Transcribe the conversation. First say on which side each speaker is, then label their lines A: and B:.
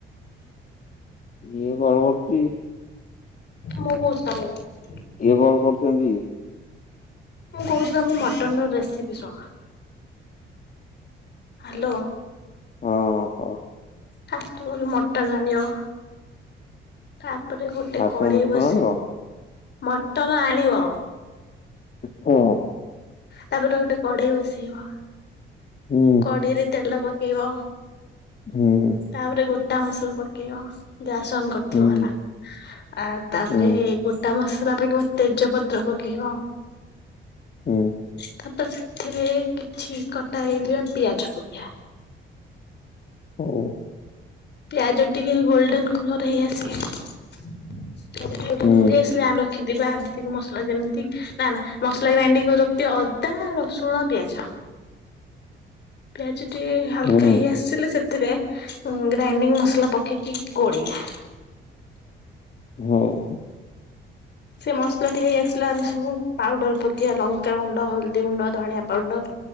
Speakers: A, on the left; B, on the left.
A: ଇଏ କଲ୍ କରୁଚି।
B: ମୁଁ କହୁଛି ତମକୁ।
A: ଇଏ କଲ୍ କରୁଛନ୍ତି?
B: ମୁଁ କହୁଛି ପା ମୁଁ ମଟନ ର ରେସିପି ଶୁଣ? ହ୍ୟାଲୋ।
A: ଅଁ ହୋ।
B: ଫାଷ୍ଟ କୋଉଠୁ ମଟନ୍ ଆଣିବ। ତାପରେ ଗୋଟେ
A: ଫାଷ୍ଟ
B: କଡେଇ
A: ଟାଇମ୍ ମଟନ
B: ବସି
A: ଆଣିବ
B: ମଟର ଆଣିବ।
A: ହଁ।
B: ତାପରେ ଗୋଟେ କଡେଇ ବସେଇବ।
A: ହୁଁ
B: କଡେଇ ରେ ତେଲ ପକେଇବ।
A: ହୁଁ।
B: ତାପରେ ଗୋଟା ମସଲା ପକେଇବ ଗ୍ୟାସ ଅନ୍ କରିଥିବ
A: ହୁଁ
B: ହେଲା ଆ ତାପରେ
A: ହୁଁ
B: ଗୋଟା ମସଲା ଫିକିବ ତେଜପତ୍ର ପକେଇବ।
A: ହୁଁ।
B: ତାପରେ ସେଥିରେ କିଛି କଟା ହେଇଥିବା ପିଆଜ ପକେଇବା।
A: ହୁଁ।
B: ପିଆଜ ଟିକେ ଗୋଲଡେନ କଲର ହେଇ ଆସିଲେ ଗୋଲଡେନ୍
A: ହୁଁ
B: କରି ଆସିଲେ ଆମର ରଖିିବା ବିପିନ୍ ମସଲା ଯେମିତି ନା ନା ମସଲା ଗ୍ରାଇଣ୍ଡିଙ୍ଗ କରି ରଖିଦିଅ ଅଦା, ରସୁଣ, ପିଆଜ। ପିଆଜ ଟିକେ ହାଲକା
A: ହୁଁ
B: ହେଇ ଆସ୍ ସିଲେ ସେଥିରେ ଗ୍ରାଇଣ୍ଡିଙ୍ଗ ମସଲା ପକେଇକି ଗୋଳିଆ।
A: ହୋଉ।
B: ସେ ମସଲାଟି ହେଇ ଆସିଲା ଆମେ ସବୁ ପାଉଡର ପକେଇବା ଲଙ୍କା ଗୁଣ୍ଡ, ହଳଦୀ ଗୁଣ୍ଡ, ଧଣିଆ ପାଉଡର।